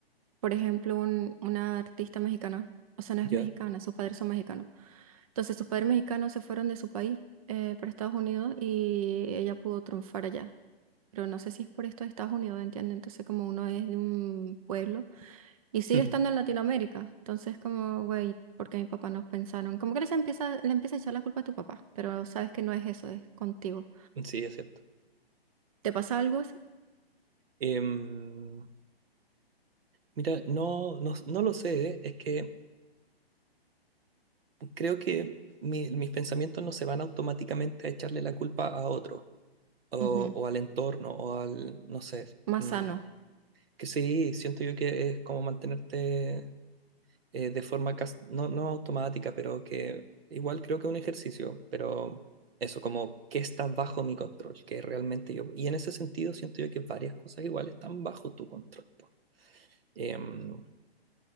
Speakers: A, on the right (about 35°); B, on the right (about 65°).
A: por ejemplo, un- una artista mexicana, o sea, no es
B: Ya.
A: mexicana, sus padres son mexicanos. Entonces, sus padres mexicanos se fueron de su país eh, para Estados Unidos y ella pudo triunfar allá. Pero no sé si es por esto de Estados Unidos, ¿entiendes? Entonces, como uno es de un pueblo y sigue
B: <laughs>
A: estando en Latinoamérica, entonces, como, güey, porque mis papás no pensaron? Como que le empieza, le empieza a echar la culpa a tu papá, pero sabes que no es eso, es contigo.
B: Sí, es cierto.
A: ¿Te pasa algo así?
B: Em, mira, no, no, no lo sé, es que creo que mi- mis pensamientos no se van automáticamente a echarle la culpa a otro o,
A: Ujú.
B: o al entorno o al, no sé,
A: Más
B: mm,
A: sano.
B: que sí, siento yo que es como mantenerte eh, de forma cas- no, no automática, pero que igual creo que es un ejercicio, pero eso, como que está bajo mi control, que realmente yo, y en ese sentido siento yo que varias cosas igual están bajo tu control. po. Em,